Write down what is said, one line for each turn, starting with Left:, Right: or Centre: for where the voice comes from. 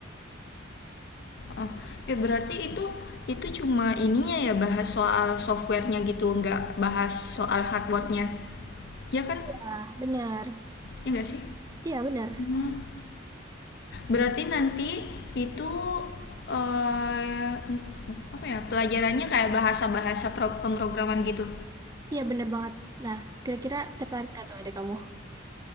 Left: oh ya berarti itu itu cuma ininya ya bahas soal softwarenya gitu nggak bahas soal hardwarenya ya kan
Right: Ah, benar.
Left: ya nggak sih
Right: Iya, benar.
Left: Hmm. Berarti nanti itu eh, apa ya pelajarannya kayak bahasa-bahasa pro- pemrograman gitu.
Right: Iya, benar banget. Nah, kira-kira tertarik gak tuh adik kamu?